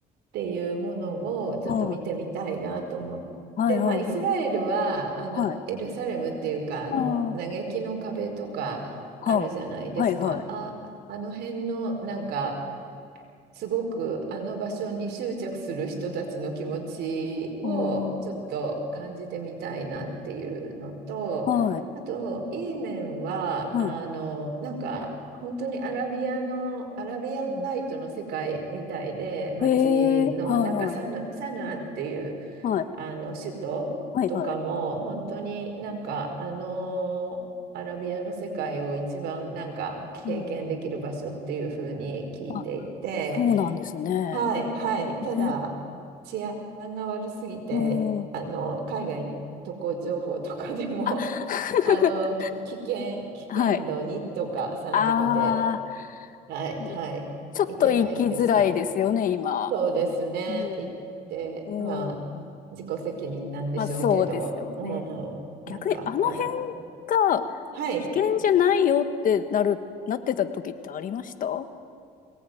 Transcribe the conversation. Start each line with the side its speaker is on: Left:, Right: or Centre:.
Right: っていうものをちょっと見てみたいなと思って、
Left: はい。はいはいはい。
Right: まあ、イスラエルはあのエルサレムっていうかあの嘆きの壁とかあるじゃないですか。
Left: はい。ああ、はあ。はいはい。
Right: あ、あの辺のなんかすごくあの場所に執着する人たちの気持ちをちょっと感じてみたいなっていうのと、
Left: おー。はい。
Right: あと、イーメンは、
Left: はい。
Right: あの、なんか、本当にアラビアの、アラビアンナイトの世界みたいで、
Left: うん
Right: 街の、
Left: ええはいはい。
Right: なんかサヌ、サヌアっていう、
Left: はい。
Right: あの、首都とかも、
Left: はいはい。
Right: 本当になんか、あの、アラビアの世界を一番なんか経験できる場所っていうふうに聞いていて、
Left: うん。あ、そうなんですね。
Right: はいはい、ただ治安が悪すぎて、
Left: ね。うん。
Right: あの海外渡航情報とかでも
Left: あ、<laughs>
Right: <laughs> あのき危険、危険度2とか3とかで、
Left: はい。あ
Right: はいはい、
Left: あ、えちょっと行きづらいですよね、
Right: いけないんです。
Left: 今。
Right: そうですね、
Left: うん。
Right: 行って、
Left: うん。
Right: まあ、自己責任なんでしょうけど、
Left: まあ、そうですよね。
Right: うん、
Left: 逆に、
Right: なんかわざ、
Left: あの辺が
Right: はい。
Left: 危険じゃないよってなる、なってた時ってありましたう